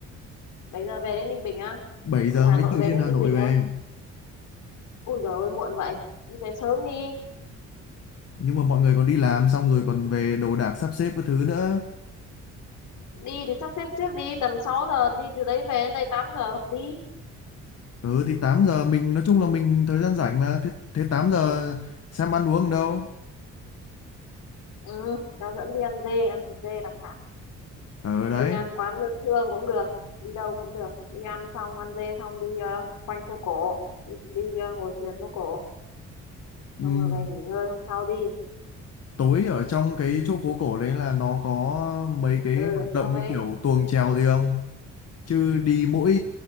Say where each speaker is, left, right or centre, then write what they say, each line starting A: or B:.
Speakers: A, on the left; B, on the left.
A: 7 giờ về đến Ninh Bình à?
B: bảy giờ
A: từ Hà
B: mới
A: Nội
B: từ
A: về
B: trên
A: đến
B: Hà
A: Ninh
B: Nội
A: Bình
B: về
A: á ui giời ơi muộn vậy đi về sớm đi
B: nhưng mà mọi người còn đi làm xong rồi còn về đồ đạc sắp xếp các thứ nữa
A: đi thì sắp xếp trước đi tầm 6 giờ đi từ đấy về đến đây 8 giờ hợp lý
B: ừ thì 8 giờ mình nói chung là mình thời gian rảnh mà thế, thế 8 giờ xem ăn uống ở đâu
A: ừ cháu dẫn đi ăn dê ăn thịt dê đặc
B: ở đấy
A: đi ăn quán Lương Thương cũng được đi đâu cũng được đi ăn xong ăn dê xong đi ờ, quanh phố cổ đi, đi ờ, ngồi thuyền phố cổ
B: Ừm,
A: xong rồi về nghỉ ngơi hôm sau đi
B: tối ở trong cái chỗ phố cổ đấy là nó có mấy cái
A: ừ
B: hoạt động
A: xong đấy
B: như kiểu tuồng chèo gì không? Chứ đi mỗi